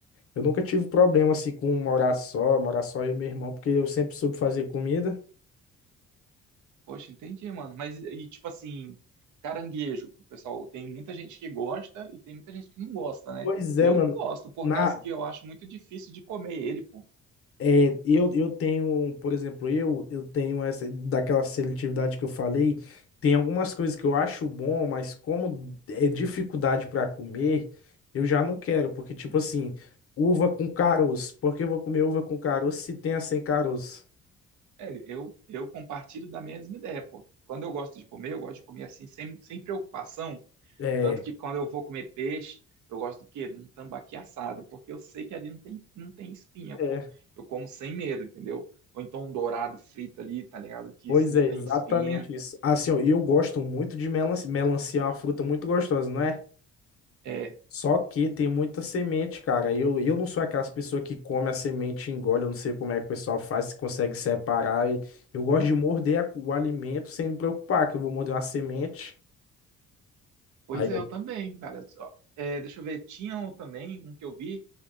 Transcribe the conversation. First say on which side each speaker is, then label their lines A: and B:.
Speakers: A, on the left (about 50°); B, on the right (about 70°).
A: eu nunca tive problema, assim, com morar só, morar só eu e meu irmão, porque eu sempre soube fazer comida.
B: Poxa, entendi, mano. Mas e tipo assim, caranguejo, pessoal, tem muita gente que gosta e tem muita gente que não gosta, né?
A: Pois é,
B: Eu
A: mano.
B: não gosto, por
A: Na,
B: causa que eu acho muito difícil de comer ele, pô.
A: é, eu, eu tenho, por exemplo, eu, eu tenho essa, daquela seletividade que eu falei, tem algumas coisas que eu acho bom, mas como é dificuldade para comer, eu já não quero, porque, tipo assim, uva com caroço, por que eu vou comer uva com caroço se tem a sem caroço?
B: É, eu, eu compartilho da mesma ideia, pô. Quando eu gosto de comer, eu gosto de comer assim, sem, sem preocupação.
A: É,
B: Tanto que quando eu vou comer peixe, eu gosto do quê? De um tambaqui assado, porque eu sei que ali não tem, não tem espinha,
A: é.
B: pô. Eu como sem medo, entendeu? Ou então um dourado frito ali, tá ligado? Que
A: Pois
B: isso não
A: é,
B: tem
A: exatamente
B: espinha.
A: isso. Assim, ó, eu gosto muito de melancia. Melancia é uma fruta muito gostosa, não é?
B: É,
A: Só que tem muita semente, cara. Eu, eu não sou aquelas pessoas que come a semente e engole. Eu não sei como é que o pessoal faz, se consegue separar. E Eu gosto de morder a- o alimento sem me preocupar, que eu vou morder uma semente.
B: Pois
A: Aí
B: é,
A: eu...
B: eu também, cara. Ó, é, deixa eu ver, tinha um também, um que eu vi,